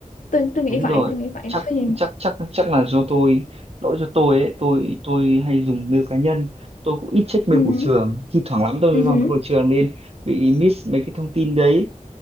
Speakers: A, on the left; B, on the right.
A: tôi tôi nghĩ
B: đúng
A: vậy
B: rồi
A: tôi nghĩ vậy
B: chắc
A: có gì
B: chắc chắc chắc là do tôi lỗi do tôi ấy tôi tôi hay dùng mail cá nhân tôi cũng ít check mail
A: ừ
B: của trường thi thoảng lắm tôi mới
A: ừ
B: vào mail của trường nên bị miss mấy cái thông tin đấy